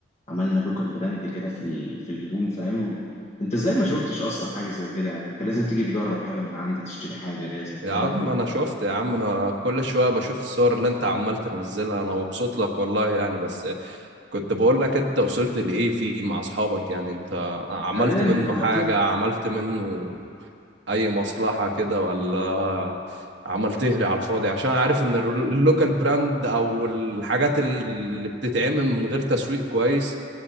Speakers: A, on the left (about 35°); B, on the right (about 65°).
A: عملنا لوكر براند كده في ال... في الهدوم فاهم انت ازاي ما شفتش اصلا حاجه زي كده يعني انت لازم تيجي تجرب حاجه من عندي تشتري حاجه لازم تجرب
B: يا عم انا شفت يا عم انا كل شوية بشوف الصور اللي انت عمال تنزلها انا مبسوط لك والله يعني بس كنت بقول لك انت وصلت لايه فيه مع اصحابك يعني انت عملت
A: حاليا
B: منه
A: دلوقتي
B: حاجة عملت منه اي مصلحة كده ولا عمال تهري على الفاضي عشان عارف ان الرو- اللوكال براند او الحاجات اللي بتتعمل من غير تسويق كويس